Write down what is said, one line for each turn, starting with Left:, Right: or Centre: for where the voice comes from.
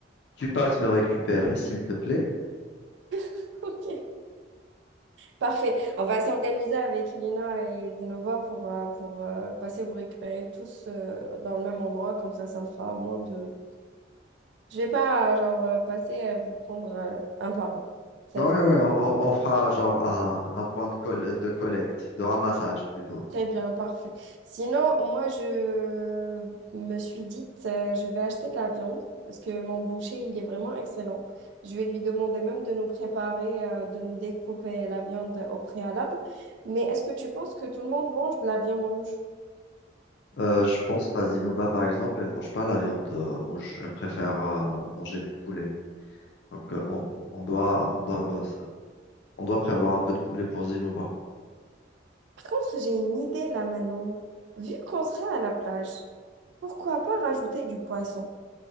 Left: Tu passes me récupérer, s'il te plaît?
Right: <laughs> Ok, parfait. On va s'organiser avec Lina et Zenova pour, euh, pour euh, passer vous récupérer tous euh, dans le même endroit. Comme ça, ça me fera moins de... Je vais pas, euh, genre, euh, passer à vous prendre euh, un par un. Ça
Left: Ouais, ouais, on, on- on fera genre un, un point de, col- de collecte, de ramassage plutôt.
Right: Très bien, parfait. Sinon, moi, je me suis dit, je vais acheter de la viande parce que mon boucher, il est vraiment excellent. Je vais lui demander même de nous préparer, euh, de nous découper la viande au préalable. Mais est-ce que tu penses que tout le monde mange de la viande rouge?
Left: Euh, je pense pas Zinouba, par exemple, elle mange pas la viande euh, rouge. Elle préfère euh, manger du poulet. Donc, euh, on, on doit, on doit On doit prévoir un peu de poulet pour Zinouba.
Right: Par contre, j'ai une idée là maintenant. Vu qu'on sera à la plage, pourquoi pas rajouter du poisson